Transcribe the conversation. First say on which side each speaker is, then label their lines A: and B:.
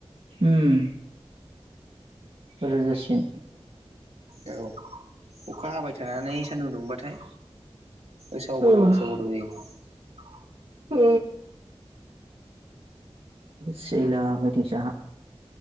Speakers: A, on the right; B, on the right.
A: ओम रोजासिन
B: औ अखा हाबाय थानानै सान्दुं दुंबाथाय उसाव बादाव
A: ओ
B: उसाव बादाव जायो
A: ओ सियायला बायदोसो आहा